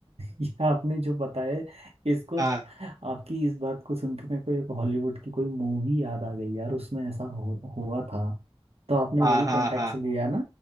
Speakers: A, on the right; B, on the right.
A: ये आपने जो बताया है, इसको
B: हाँ
A: आपकी इस बात को सुन के मेरे को एक हॉलीवुड की कोई मूवी याद आ गई यार उसमें ऐसा हो, हुआ था तो आपने
B: हाँ
A: वही
B: हाँ
A: कॉन्टेक्ट
B: हाँ
A: लिया ना